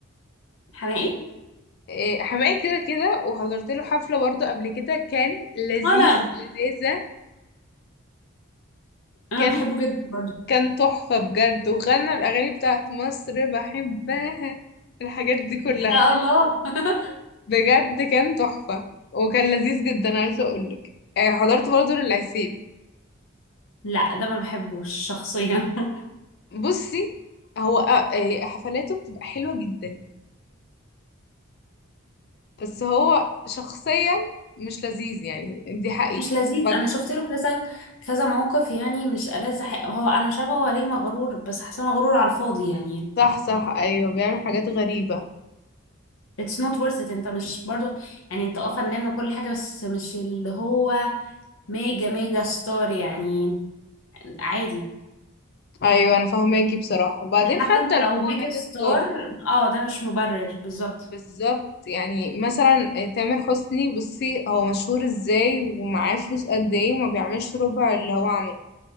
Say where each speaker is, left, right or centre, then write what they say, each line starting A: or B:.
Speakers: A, on the left; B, on the left.
A: <laughs> حماقي
B: إيه، حماقي كده كده وحضرت له حفلة برضه قبل كده كان لذيذ
A: وانا
B: لذيذة
A: انا
B: كان
A: بحبه جدا برضه
B: كان تحفة بجد وغنى الأغاني بتاعت مصر بحبها الحاجات دي كلها
A: لا الله <laughs>
B: بجد كان تحفة وكان لذيذ جدا عايزة أقولك إيه، حضرت برضه للعسيلي
A: لا ده ما بحبوش شخصيا <laughs>
B: بصي هو آه، إيه، حفلاته بتبقى حلوة جدا بس هو شخصيا مش لذيذ يعني دي حقيقة
A: مش لذيذ
B: وبعدين
A: انا شفت له كذا كذا موقف يعني مش ألذ حق هو انا مش عارفه هو ليه مغرور بس حاسه مغرور على الفاضي يعني
B: صح صح أيوه بيعمل حاجات غريبة
A: it's not worth it انت مش برضه يعني انت اه فنان وكل حاجه بس مش اللي هو ميجا ميجا ستار يعني عادي
B: ايوه انا فاهماكي بصراحه وبعدين
A: حتى
B: حتى
A: انت لو
B: لو هو
A: ميجا
B: ميجا
A: ستار
B: ستار
A: اه ده مش مبرر بالظبط
B: بالظبط يعني مثلا آه، تامر حسني بصي هو مشهور ازاي ومعاه فلوس قد ايه وما بيعملش ربع اللي هو عمله